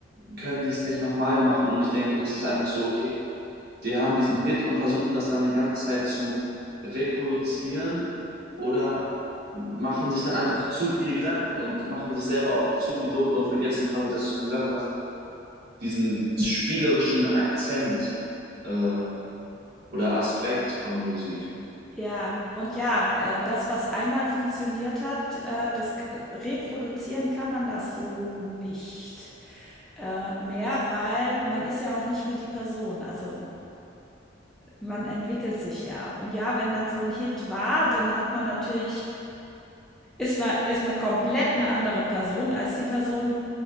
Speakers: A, on the right; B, in the centre.
A: können die es nicht nochmal machen. Und ich denke, das ist einfach so, okay, die haben diesen Hit und versuchen das dann die ganze Zeit zu reproduzieren oder machen sich dann einfach zu viele Gedanken und machen sich selber auch zu viel Druck und vergessen quasi, dass du gesagt hast, diesen spielerischen Akzent äh, oder Aspekt von Musik.
B: Ja, und ja, äh, das, was einmal funktioniert hat, äh, das k- äh, reproduzieren kann man das so nicht äh, mehr, weil man ist ja auch nicht mehr die Person. Also man entwickelt sich ja. Und ja, wenn dann so ein Hit war, dann hat man natürlich, ist man, ist man komplett eine andere Person als die Person,